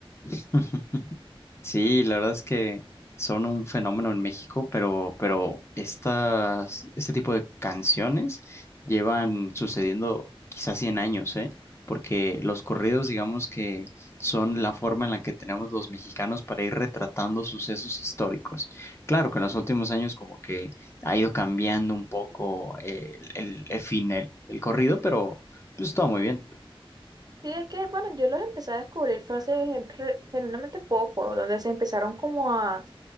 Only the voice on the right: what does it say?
Sí, es que, bueno, yo los empecé a descubrir fue hace re- genuinamente poco, donde se empezaron como a